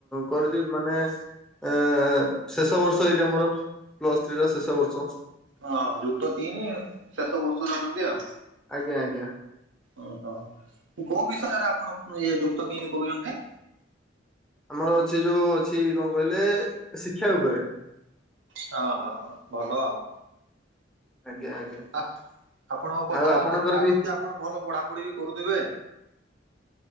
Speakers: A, in the centre; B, on the right.
A: କରିଛି ମାନେ। ଏ ଶେଷ ବର୍ଷ ଏଇଟା ମୋର ପ୍ଲସ ଥ୍ରୀ ର ଶେଷ ବର୍ଷ
B: ହଁ ଯୁକ୍ତ ତିନି ଶେଷ ବର୍ଷରେ ଅଛନ୍ତି ଆଉ।
A: ଆଜ୍ଞା ଆଜ୍ଞା।
B: ଓହୋ କୋଉ ବିଷୟରେ ଆପଣ ଇଏ ଯୁକ୍ତ ତିନି କହୁଛନ୍ତି।
A: ଆମର ଅଛି ଯୋଉ ଅଛି କଣ କହିଲେ ଶିକ୍ଷା ଉପରେ
B: ହ ହଁ ହ ଭଲ ଆଉ
A: ଆଜ୍ଞା ଆଜ୍ଞା
B: ଆ ଆପଣଙ୍କ କଥାବାର୍ତ୍ତା
A: ଆଉ ଆପଣଙ୍କର
B: ର ଲାଗୁଛି
A: ବି
B: ଆପଣ ଭଲ ପଢାପଢି ବି କରୁଥିବେ।